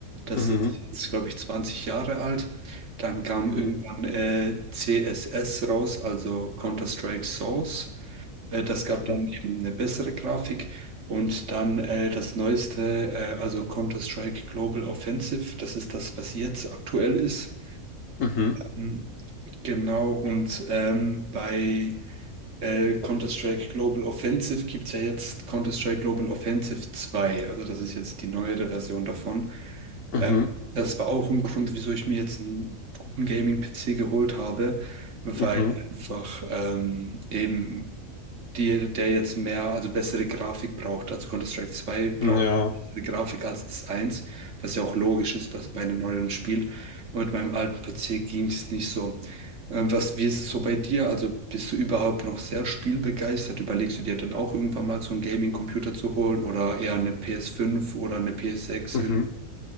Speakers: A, on the right (about 60°); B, on the left (about 65°).
A: Das
B: Mhm.
A: ist jetzt, glaube ich, 20 Jahre alt. Dann kam irgendwann
B: Mhm.
A: äh, CSS raus, also Counter-Strike Source. Äh, das gab
B: Mhm.
A: dann eben eine bessere Grafik. Und dann äh, das neueste, äh, also Counter-Strike Global Offensive. Das ist das, was jetzt aktuell ist.
B: Mhm.
A: Ähm, Genau, und ähm, bei äh, Counter-Strike Global Offensive gibt es ja jetzt Counter-Strike Global Offensive zwei, Also das ist jetzt die neuere Version davon.
B: Mhm.
A: Ähm, das war auch ein Grund, wieso ich mir jetzt einen guten Gaming-PC geholt habe, weil
B: Mhm.
A: einfach ähm, eben die, der jetzt mehr, also bessere Grafik braucht. Also Counter-Strike 2 braucht
B: mhm, Ja.
A: bessere Grafik als das eins was ja auch logisch ist bei, bei einem neuen Spiel. Und mit meinem alten PC ging es nicht so. Ähm, was, wie ist es so bei dir? Also bist du überhaupt noch sehr spielbegeistert? Überlegst du dir dann auch irgendwann mal so einen Gaming-Computer zu holen oder eher eine ps fünf oder eine ps sechs
B: Mhm.
A: Irgendwie